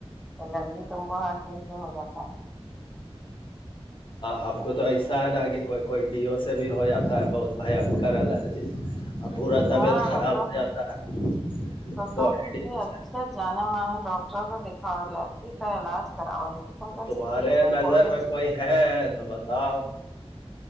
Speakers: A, in the centre; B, on the left (about 50°).
A: الرجی تم کو ہر چیز سے ہو جاتا ہے
B: ہم کو تو ایسا ہے نا کہ کوئی کوئی ڈی او سے بھی ہو جاتا ہے بہت بھینکر الرجی اور پورا طبیعت
A: ہاں
B: خراب
A: تو تم
B: ہو جاتا ہے
A: تو
B: باڈی
A: تم کسی
B: ڈیو
A: اچھے جانے مانے ڈاکٹر سے دکھاؤ الرجی کا علاج اواز سے تم
B: اب تمہارے
A: جیے گا
B: نظر
A: کر
B: میں کوئی ہے تو بتاؤ